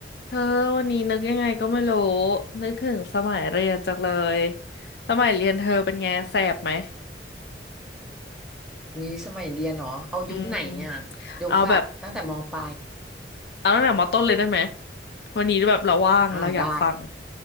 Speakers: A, on the left (about 65°); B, in the centre.
A: เธอวันนี้นึกยังไงก็ไม่รู้นึกถึงสมัยเรียนจังเลยสมัยเรียนเธอเป็นไงแสบไหม
B: วิสมัยเรียนเนาะเอายุคไหนเนี่ย
A: อืม
B: ยุคแบบตั้งแต่มปลาย
A: เอาแบบเอาตั้งแต่มอต้นเลยได้ไหมวันนี้แบบเราว่างเราอยากฟัง
B: อ่าได้